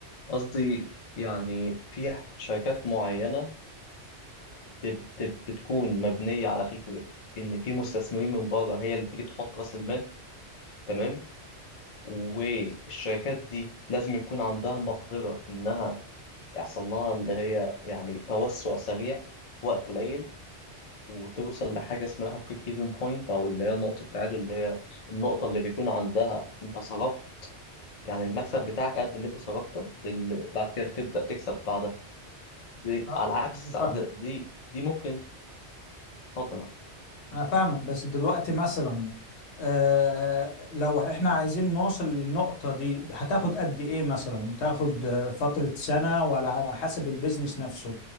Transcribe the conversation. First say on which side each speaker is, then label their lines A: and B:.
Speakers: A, on the left; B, on the left.
A: قصدي يعني في شركات معينة بت- بتكون مبنية على فكرة إن في مستثمرين من بره هي اللي تيجي تحط رأس المال تمام والشركات دي لازم يكون عندها مقدرة إنها يحصل لها اللي هي يعني توسع سريع في وقت قليل وتوصل لحاجة اسمها بريك ايفن بوينت أو اللي هي نقطة التعادل اللي هي النقطة اللي بيكون عندها أنت صرفت يعني المكسب بتاعك قد اللي أنت صرفته اللي بعد كده تبدأ تكسب بعدها دي
B: آه،
A: على العكس دي
B: فاهم.
A: دي دي ممكن تضرب
B: أنا فاهمك بس دلوقتي مثلا آه لو إحنا عايزين نوصل للنقطة دي هتاخد قد إيه مثلا؟ تاخد آه، فترة سنة ولا على حسب البيزنس نفسه؟